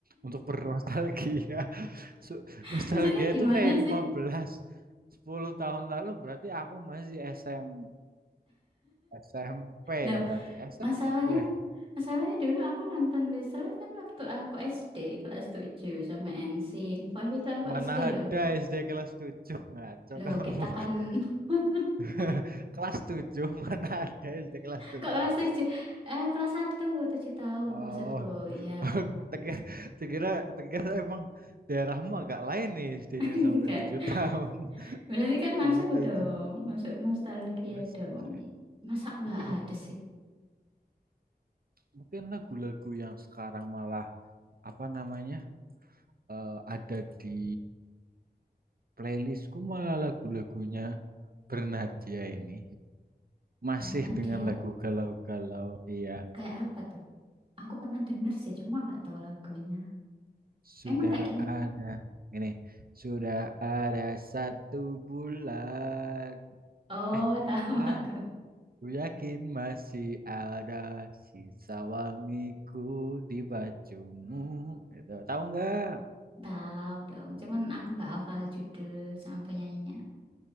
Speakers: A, on the right; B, on the right.
A: untuk bernostalgia So,
B: <laughs>
A: nostalgia
B: Maksudnya gimana
A: itu kayak 15,
B: sih?
A: 10 tahun lalu berarti aku masih SM SMP
B: Loh,
A: berarti SMP.
B: masalahnya masalahnya dulu aku nonton Westlife kan waktu aku SD kelas 7 sama NSYNC. Five itu aku
A: Mana
B: SD loh.
A: ada SD kelas 7 ngaco
B: Loh,
A: kamu.
B: kita kan <laughs>
A: <laughs> Kelas tujuh mana ada SD kelas 7?
B: kok kelas 7? Eh, kelas satu tujuh tahun
A: Oh.
B: maksudku. Ya.
A: <laughs> Tegar Tegira tegar emang daerahmu agak lain nih SD-nya
B: <laughs> Enggak.
A: sampai 7 tahun. <laughs>
B: Berarti kan
A: Kelas
B: masuk
A: 7.
B: dong. Masuk nostalgia
A: Westlife.
B: dong. Masa nggak
A: Tapi
B: ada
A: be-
B: sih?
A: mungkin lagu-lagu yang sekarang malah apa namanya? eh, ada di playlistku malah lagu-lagunya Bernadia ini masih
B: Pernah
A: dengan
B: dia
A: lagu galau-galau iya
B: kayak apa tuh? Aku pernah denger sih, cuma nggak tahu lagunya.
A: sudah
B: Emang kayak gimana?
A: ada ini sudah ada satu bulan
B: Oh,
A: eh
B: <laughs> tahu
A: kan
B: aku.
A: ku yakin masih ada sisa wangiku di bajumu itu tahu nggak
B: Tahu dong, cuman aku nggak hafal judul sama penyanyinya.